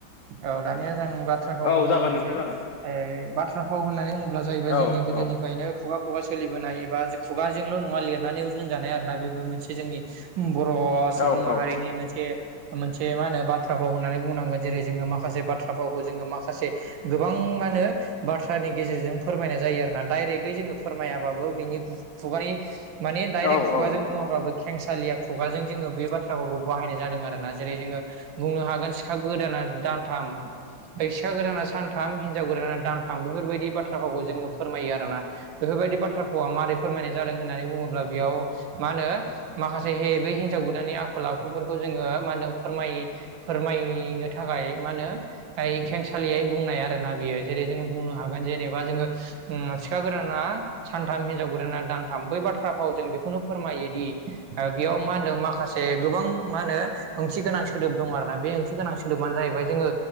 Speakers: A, on the right (about 70°); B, on the left (about 75°).
A: औ दानिया जों बाथ्रा भावखौ
B: औ
A: बुंबोनसै
B: जागोन नोंथां जागोन
A: ओ बाथ्रा फाव होननानै बुङोब्ला जाहैबाय
B: औ
A: जोंनि
B: औ
A: फ्रायनो खुगा खुगा सोलिबोनाय एबा खुगाजोंल' नङा लिरनानैबो दोनजानाय आरोना बेबो मोनसे जोंनि बर' सुबुं
B: औ
A: माहारिनि
B: औ
A: मोनसे मोनसे मा होनो बाथ्रा फाव होननानै बुंनांगोन जेरै जोङो माखासे बाथ्रा फावखौ जोङो माखासे गोबां मा होनो बाथ्रानि गेजेरजों फोरमायनाय जायो आरो ना डाइरेक्टयै जोङो फोरमायाबाबो बिनि खुगानि माने डाइरेक्ट
B: औ
A: खुगाजों
B: औ नोंथां
A: बुङाबाबो
B: औ
A: खेंसालिया खुगाजों जोङो बे बाथ्राफोरखौ बाहायनाय जादों आरोना जेरै जोङो बुंनो हागोन सिखा गोदाना दानथाम फैसा गोदाना सानथाम हिनजाव गोदाना दानथाम बेफोरबायदि बाथ्राफोरखौ जोङो फोरमायो आरोना बेफोरबायदि बाथ्रा भावा मारै फोरमायनाय जादों होननानै बुङोब्ला बेयाव मा होनो माखासे हे बै हिन्जाव गोदाननि आखल आखुफोरखौ जोङो मा होनदों फोरमाय फोरमायनो थाखाय मा होनो ओइ खेंसालियै बुंनाय आरो ना बियो जेरै जोङो बुंनो हागोन जेनेबा जोङो ओम सिखा गोदाना सानथाम हिनजाव गोदाना दानथाम बै बाथ्रा फावजों बेखौनो फोरमायोदि ओ बेयाव मा होनदों माखा से गोबां मा होनो ओंथि गोनां सोदोब दं आरोना बे ओंथि गोनां सोदोबानो जाहैबाय जोङो